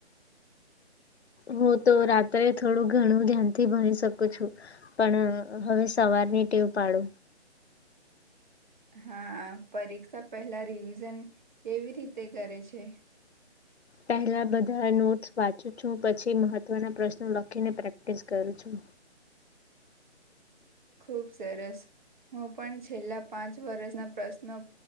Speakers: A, on the left; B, on the right.
A: હું તો રાત્રે થોડું ઘણું ધ્યાન થી ભણી શકું છું. પણ હવે સવારની ટેવ પાડો.
B: હા પરીક્ષા પહેલા રિવિઝન કેવી રીતે કરે છે?
A: પહેલા બધા નોટસ વાંચું છું પછી મહત્વના પ્રશ્નો લખીને પ્રેક્ટિસ કરું છું.
B: ખુબ સરસ હું પણ છેલ્લા પાંચ વર્ષના પ્રશ્નો